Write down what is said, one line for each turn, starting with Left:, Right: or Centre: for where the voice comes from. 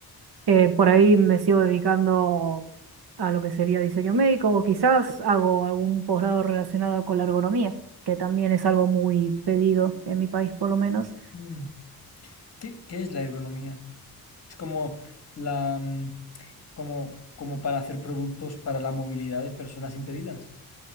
Right: Eh, por ahí me sigo dedicando a lo que sería diseño médico o quizás hago algún posgrado relacionado con la ergonomía, que también es algo muy pedido en mi país por lo menos.
Left: Mm. ¿Qué, qué es la ergonomía? Es como la... mm, como, como para hacer productos para la movilidad de personas impedidas.